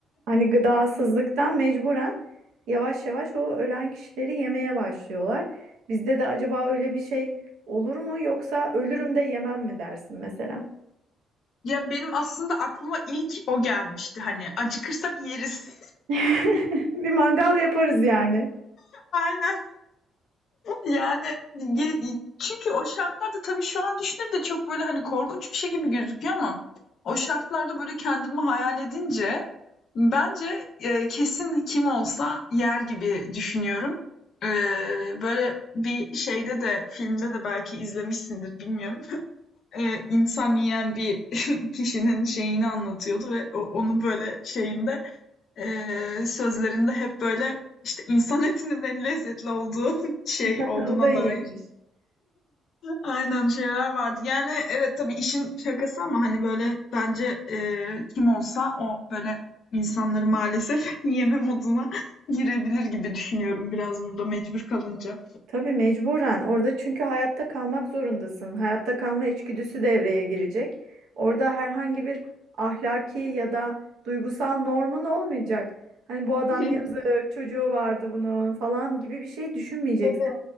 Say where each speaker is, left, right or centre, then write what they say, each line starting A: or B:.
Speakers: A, on the right; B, on the left.
A: Hani gıdasızlıktan mecburen yavaş yavaş o ölen kişileri yemeye başlıyorlar. Bizde de acaba öyle bir şey olur mu yoksa ölürüm de yemem mi dersin mesela?
B: Ya benim aslında aklıma ilk o gelmişti hani acıkırsak yeriz.
A: <laughs> Bir mangal yaparız yani.
B: <laughs> Aynen. Yani ye- çünkü o şartlarda tabii şu an düşününce çok böyle hani korkunç bir şey gibi gözüküyor ama o şartlarda böyle kendimi hayal edince bence e, kesin kim olsa yer gibi düşünüyorum. E, böyle bir şeyde de filmde de belki izlemişsindir bilmiyorum. E, insan yiyen bir <laughs> kişinin şeyini anlatıyordu ve o- onun böyle şeyinde e, sözlerinde hep böyle işte insan etinin en lezzetli olduğu <laughs> şey
A: <laughs>
B: olduğuna
A: O da iyiymiş.
B: dair Aynen şeyler vardı. Yani evet tabii işin şakası ama hani böyle bence e, kim olsa o böyle insanları maalesef <laughs> yeme moduna girebilir gibi düşünüyorum biraz burada mecbur kalınca.
A: Tabii mecburen orada çünkü hayatta kalmak zorundasın. Hayatta kalma içgüdüsü devreye girecek. Orada herhangi bir ahlaki ya da duygusal normun olmayacak. Hani bu adam
B: <laughs>
A: yazık, çocuğu vardı bunun falan gibi bir şey düşünmeyeceksin.
B: Tabii.